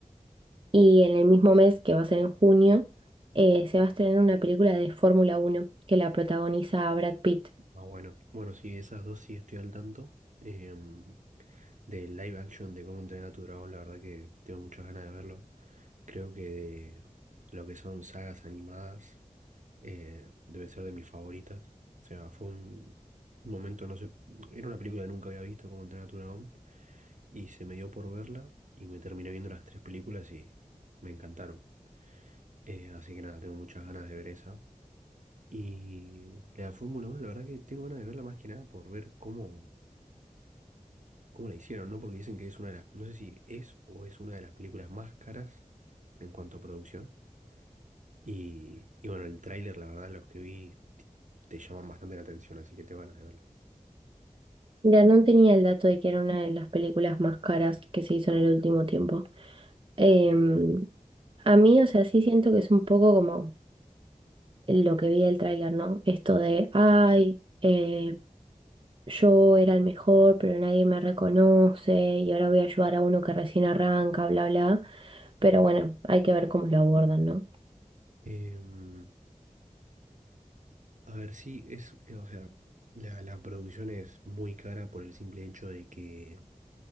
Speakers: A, on the right (about 40°); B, on the right (about 65°).
A: Y en el mismo mes, que va a ser en junio, eh, se va a estrenar una película de Fórmula uno que la protagoniza Brad Pitt.
B: Ah, bueno, bueno, sí, esas dos sí estoy al tanto. Em, del live action de cómo entrenar a tu dragón, la verdad que tengo muchas ganas de verlo. Creo que de lo que son sagas animadas, eh, debe ser de mis favoritas. O sea, fue un momento, no sé, era una película que nunca había visto, cómo entrenar a tu dragón, y se me dio por verla y me terminé viendo las tres películas y me encantaron. Eh, así que nada, tengo muchas ganas de ver esa. Y la de Fórmula 1, la verdad que tengo ganas de verla más que nada por ver cómo cómo la hicieron, ¿no? Porque dicen que es una de las, no sé si es o es una de las películas más caras en cuanto a producción. Y, y bueno, el tráiler, la verdad, los que vi te llaman bastante la atención, así que te van a verlo.
A: Mira, no tenía el dato de que era una de las películas más caras que se hizo en el último tiempo. Em, a mí, o sea, sí siento que es un poco como lo que vi del tráiler, ¿no? Esto de, ay, eh, yo era el mejor, pero nadie me reconoce y ahora voy a ayudar a uno que recién arranca, bla, bla. Pero bueno, hay que ver cómo lo abordan, ¿no?
B: Em, a ver, sí, es, eh, o sea, la, la producción es muy cara por el simple hecho de que